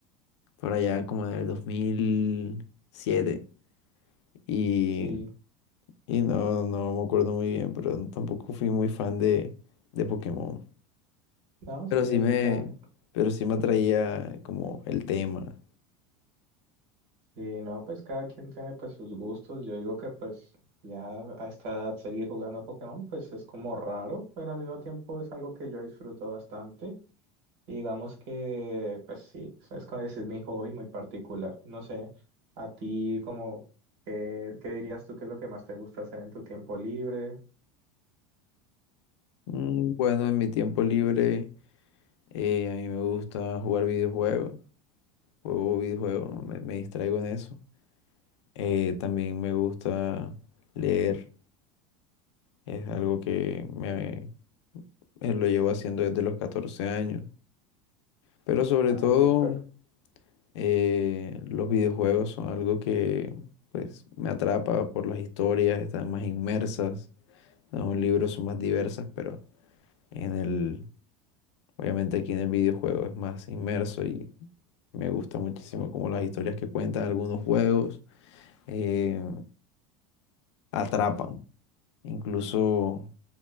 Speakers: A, on the left; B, on the right.
A: por allá como en el 2007. Y
B: sí,
A: Y no, no me acuerdo muy bien, pero tampoco fui muy fan de, de Pokémon.
B: no,
A: Pero
B: sí,
A: sí
B: eso
A: me,
B: acá
A: pero sí me atraía como el tema.
B: Y no, pues cada quien tiene pues sus gustos. Yo digo que pues ya a esta edad seguir jugando Pokémon pues es como raro, pero al mismo tiempo es algo que yo disfruto bastante. Y digamos que pues sí, es como ese es mi hobby muy particular. No sé, a ti como, eh, ¿qué dirías tú que es lo que más te gusta hacer en tu tiempo libre?
A: Mm, Bueno, en mi tiempo libre eh, a mí me gusta jugar videojuegos. Juego videojuegos, ¿no? Me, me distraigo en eso. Eh, también me gusta leer. Es algo que me, eh, lo llevo haciendo desde los 14 años. Pero sobre
B: Ah,
A: todo
B: súper.
A: Eh, los videojuegos son algo que pues me atrapa por las historias, están más inmersas. Los libros son más diversas, pero en el, obviamente aquí en el videojuego es más inmerso y me gusta muchísimo como las historias que cuentan algunos juegos eh, atrapan. Incluso,